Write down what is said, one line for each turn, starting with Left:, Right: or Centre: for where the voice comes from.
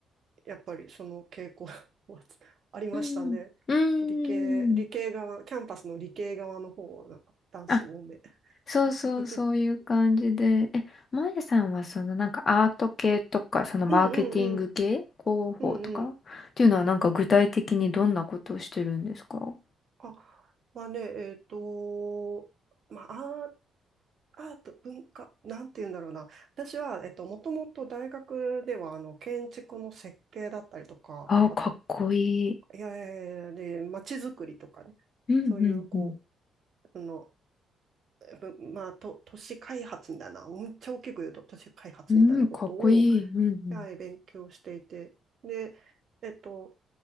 Right: やっぱりその傾向は <laughs> ありましたね。
Left: うん。うん。
Right: 理系、理系側、キャンパスの理系側の方はなんか男子多め。
Left: あ、そうそう、
Right: <laughs>
Left: そういう感じで。え、まやさんはそのなんかアート系とか、そのマーケティング系、
Right: うんうんうん。
Left: 広報とかっていうのはなんか具体的にどんなことをしてるんですか
Right: うんうん。あ、まあね、えっと、まあ、アーアート、文化、なんて言うんだろうな。私は、えっと、もともと大学では、あの、建築の設計だったりとか、
Left: ああかっこいい。
Right: あと、いやいやいやで、街づくりとかね、
Left: うんうんうん。
Right: そういう、こう、その、ぶまあ、と、都市開発みたいな、めっちゃ大きく言うと、都市開発みたいなことを、
Left: うん、かっこいい。うん
Right: はい、勉強していて、で、えっと、